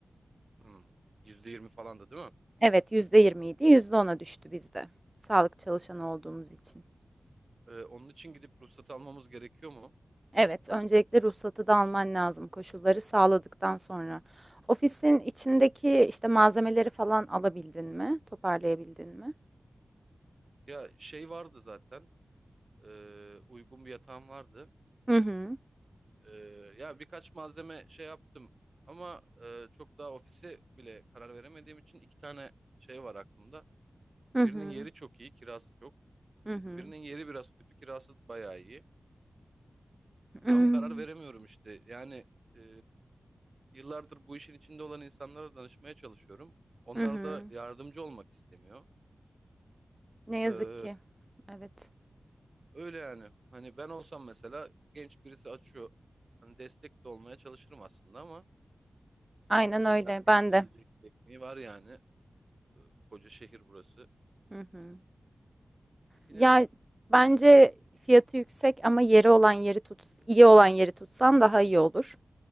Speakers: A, on the right (about 50°); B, on the right (about 20°).
A: Hmm. %20 falan da değil mi?
B: Evet yüzde yirmi idi yüzde ona düştü bizde sağlık çalışanı olduğumuz için.
A: E, onun için gidip ruhsat almamız gerekiyor mu?
B: Evet, öncelikle ruhsatı da alman lazım koşulları sağladıktan sonra. Ofisin içindeki işte malzemeleri falan alabildin mi? Toparlayabildin mi?
A: Ya şey vardı zaten. E, uygun bir yatağım vardı.
B: Hı hı.
A: Ee, ya birkaç malzeme şey yaptım ama e, çok daha ofise bile karar veremediğim için iki tane şey var aklımda.
B: Hı
A: Birinin
B: hı.
A: yeri çok iyi, kirası çok.
B: Hı hı.
A: Birinin yeri biraz kötü, kirası bayağı iyi.
B: Hmm,
A: Tam karar veremiyorum işte. Yani e, yıllardır bu işin içinde olan insanlara danışmaya çalışıyorum. Onlar
B: Hı hı.
A: da yardımcı olmak istemiyor.
B: Ne yazık
A: Ee,
B: ki. Evet.
A: öyle yani. Hani ben olsam mesela genç birisi açıyor. Hani destek de olmaya çalışırım aslında ama
B: Aynen
A: neticede
B: öyle.
A: herkesin
B: Ben
A: yiyecek
B: de.
A: bir ekmeği var yani. e, koca şehir burası.
B: Hı hı.
A: Bilemedim.
B: Ya bence fiyatı yüksek ama yeri olan yeri tut, iyi olan yeri tutsan daha iyi olur.